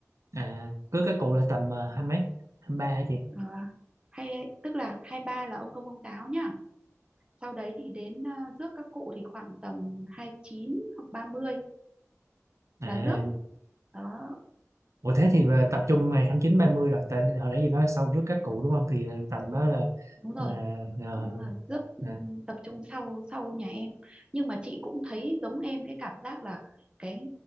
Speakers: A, on the right; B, on the right.
A: à, cưới các cụ là tầm ờ, hai mấy hai ba hả chị
B: à, hay tức là hai ba là ông công ông táo nhá sau đấy thì đến ờ, rước các cụ thì khoảng tầm hai chín hoặc 30
A: à
B: là rước đó
A: ủa thế thì là tập trung ngày hai mươi chín ba mươi rồi tại hồi nãy gì nói sau rước các cụ đúng không thì là tầm đó là
B: đúng rồi
A: là ờ,
B: đúng rồi rước ừm,
A: à,
B: tập trung sau sau nhà em nhưng mà chị cũng thấy giống em cái cảm giác là cái